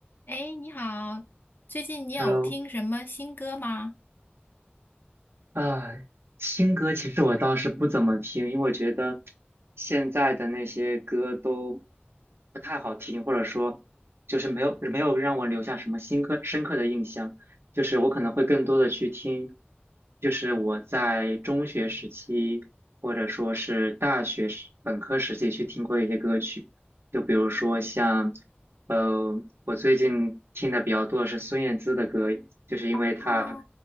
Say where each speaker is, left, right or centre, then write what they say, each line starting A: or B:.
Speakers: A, on the left; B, on the right.
A: 哎，你好，最近你有听什么新歌吗？
B: Hello，啊，新歌其实我倒是不怎么听，因为我觉得现在的那些歌都不太好听，或者说就是没有没有让我留下什么新刻深刻的印象。就是我可能会更多的去听，就是我在中学时期或者说是大学时本科时期去听过一些歌曲，就比如说像呃，我最近听的比较多的是孙燕姿的歌，就是因为她
A: 哦，